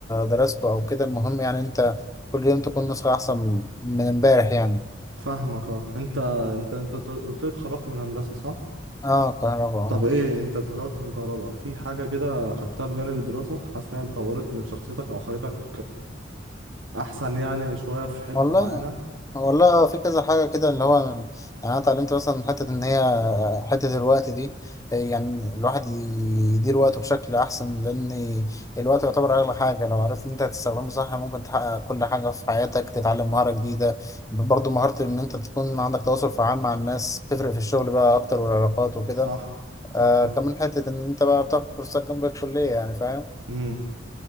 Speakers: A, on the left; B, on the right.
A: درسته او كده المهم يعني انت كل يوم تكون نسخة احسن من امبارح يعني
B: فاهمك اه انت انت انت قلت لي اتخرجت من هندسه صح
A: اه كهرباء
B: طب
A: اه
B: ايه انت اتخرجت من كهرباء في حاجة كده خدتها بجانب الدراسة حاسس انها اتطورت من شخصيتك او خلتك احسن يعني شوية في حتة
A: والله
B: معينة
A: والله في كذا حاجة كده اللي هو يعني انا اتعلمت مثلا حتة ان هي حتة الوقت دي آه، يعني الواحد يدير وقته بشكل أحسن لأن الوقت يعتبر أغلى حاجة لو عرفت إن أنت تستخدمه صح ممكن تحقق كل حاجة في حياتك تتعلم مهارة جديدة برضه مهارة إن أنت تكون عندك تواصل فعال مع الناس تفرق في الشغل بقى أكتر والعلاقات وكده
B: صح صح
A: آه كمان حتة إن أنت بقى بتاخد كورسات جنب الكلية يعني فاهم؟
B: امم